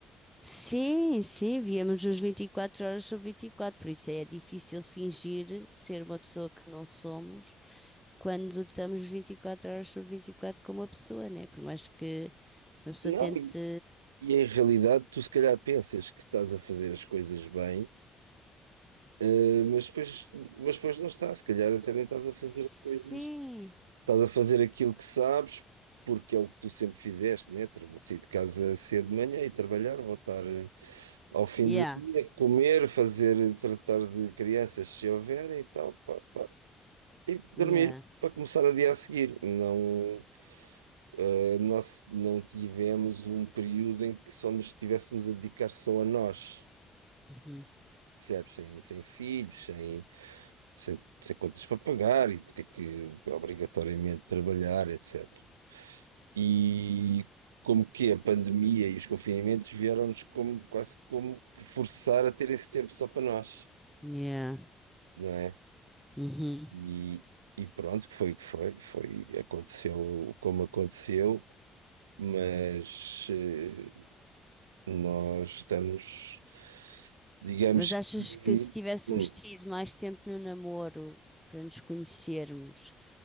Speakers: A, in the centre; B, on the right.
A: Sim, sim, víamos os vinte e quatro horas sobre vinte e quatro por isso é difícil fingir ser uma pessoa que não somos quando estamos 24 horas sobre 24 com uma pessoa, né? Por mais que uma pessoa
B: Não,
A: tente.
B: E em realidade, tu se calhar pensas que estás a fazer as coisas bem, eh, mas depois, mas depois não estás. Se calhar até nem estás a fazer
A: Sim,
B: coisas. Estás a fazer aquilo que sabes, porque é o que tu sempre fizeste, né? Ter- Sair de casa cedo de manhã e trabalhar, voltar eh, ao fim
A: yeah,
B: do dia, comer, fazer, tratar de crianças se houverem e tal, pá, pá. E dormir.
A: yeah,
B: Para começar o dia a seguir, não, eh, nós não tivemos um período em que só nos estivéssemos a dedicar só a nós.
A: uhum.
B: Percebes? Sem, sem filhos, sem, sem, sem contas para pagar e ter que obrigatoriamente trabalhar, etc. E como que a pandemia e os confinamentos vieram-nos como, quase como que forçar a ter esse tempo só para nós,
A: Yeah,
B: não é?
A: uhum.
B: E, e pronto, que foi o que foi, foi, aconteceu como aconteceu, mas eh, nós estamos, digamos
A: Mas achas
B: que.
A: que se tivéssemos
B: hum,
A: tido mais tempo no namoro para nos conhecermos?